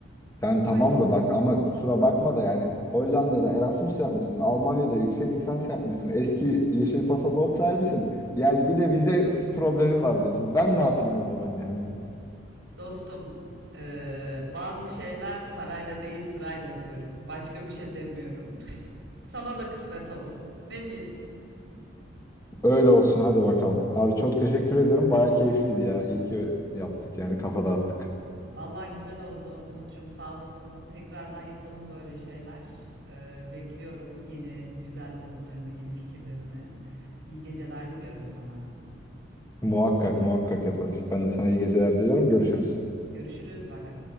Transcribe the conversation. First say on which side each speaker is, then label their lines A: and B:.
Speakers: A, on the left; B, on the right.
A: Yani
B: Ama
A: tamam
B: ş-
A: da bak ama kusura bakma da yani Hollanda'da Erasmus yapmışsın, Almanya'da yüksek lisans yapmışsın, eski yeşil pasaport sahibisin. Yani bir de vize s- problemi var diyorsun. Ben ne yapayım o zaman yani?
B: dostum e, bazı şeyler parayla değil sırayla diyorum. Başka bir şey demiyorum. Sana da kısmet olsun. Ne diyeyim?
A: Öyle olsun hadi bakalım. Abi çok teşekkür ediyorum. Baya keyifliydi ya. İyi ki yaptık yani kafa dağıttık.
B: Vallahi güzel oldu Umut'cum sağ olasın. Tekrardan yapalım böyle şeyler. Ee, bekliyorum yeni güzel oyunlarını, yeni fikirlerini. İyi geceler diliyorum sana.
A: Muhakkak muhakkak yaparız. Ben de sana iyi geceler diliyorum. Görüşürüz.
B: Görüşürüz. Bay bay.